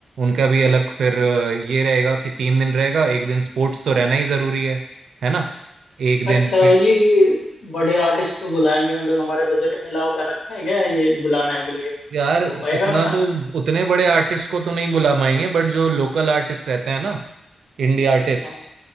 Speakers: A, on the right (about 75°); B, on the left (about 75°).
A: उनका भी अलग फिर अ, ये रहेगा कि तीन दिन रहेगा एक दिन स्पोर्ट्स तो रहना ही जरूरी है है ना एक दिन
B: अच्छा
A: फिर
B: ये बड़े आर्टिस्ट तो बुलाएंगे हम लोग हमारे बजट में लाओ कर रखा है क्या ये बुलाने के लिए
A: यार
B: हो
A: उतना
B: पाएगा बना
A: तो उतने बड़े आर्टिस्ट को तो नहीं बुला पाएंगे बट जो लोकल आर्टिस्ट रहते हैं ना इंडी आर्टिस्ट
B: हाँ